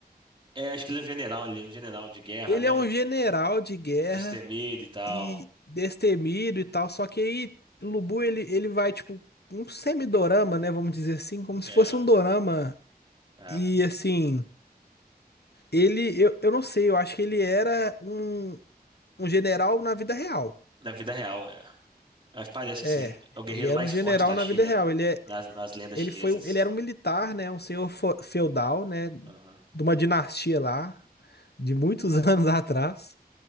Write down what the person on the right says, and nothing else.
É, acho que ele é um general, ele é um general de guerra,
né?
Destemido e tal.
É,
é.
Na vida real, é. Mas parece
que sim. É o guerreiro
mais
forte da
China,
nas, nas lendas
chinesas.
Aham.